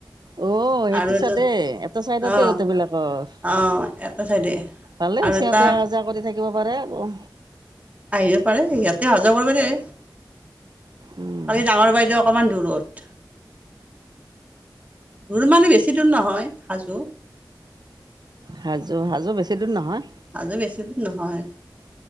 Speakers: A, on the right; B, on the right.
A: অ' সেইটো
B: আৰু এজন
A: চাইডেই এটা চাইডতে
B: অ
A: গোটেইবিলাকৰ।
B: অ এটা চাইডে
A: ভালে
B: আৰু
A: হৈছে সিহতে
B: এটা
A: অহা যাহ কৰি থাকিব পাৰে। অঁ।
B: আহিব পাৰে সিহঁতে অহা যোৱা কৰিব যায়।
A: উম,
B: কালি ডাঙৰ বাইদেউ অকমান দূৰত। দূৰ মানো বেছি দূৰ নহয় সিমানো।
A: হাজো হাজো বেছি দিন নহয়।
B: আজি বেছিত নহয়